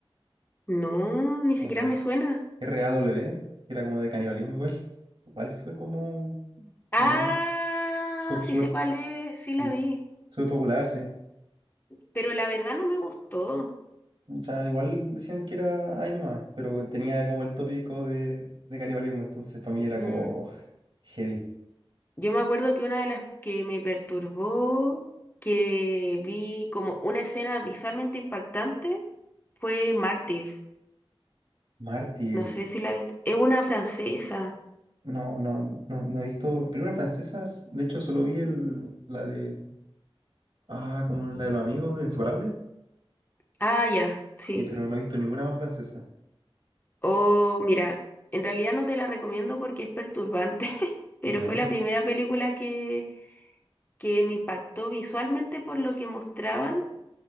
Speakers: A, on the left; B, on the right.
A: no, ni
B: o
A: siquiera
B: la
A: me suena.
B: r RAW, que era como de canibalismo igual. Igual fue como
A: Ah,
B: bien, súper, súper,
A: sí sé cuál es, sí la
B: sí,
A: vi,
B: súper popular, sí.
A: pero la verdad no me gustó.
B: O sea, igual decían que era ahí nomás, pero tenía como el tópico de, de canibalismo, entonces para mí era
A: Mm,
B: como heavy.
A: Yo me acuerdo que una de las que me perturbó, que vi como una escena visualmente impactante, fue Mártir.
B: Martyrs.
A: No sé si la viste. Es una francesa.
B: No, no, no, no he visto películas francesas. De hecho, solo vi el, la de, ah, como la de los amigos, Inseparables.
A: Ah, ya, sí.
B: Sí, pero no he visto ninguna más francesa.
A: Oh, mira, en realidad no te la recomiendo porque es perturbante, <laughs> pero
B: Ya,
A: fue la primera película que, que me impactó visualmente por lo que mostraban